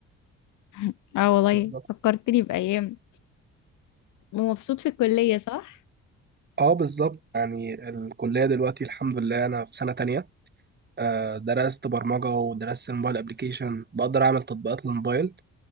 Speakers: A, on the left; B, on the right.
A: <laughs> اه والله
B: بالظبط
A: فكرتني بأيام ومبسوط في الكلية صح؟
B: اه بالظبط يعني الكليه دلوقتي الحمد لله انا في سنه تانية آه، درست برمجه ودرست الموبايل ابلكيشن بقدر اعمل تطبيقات للموبايل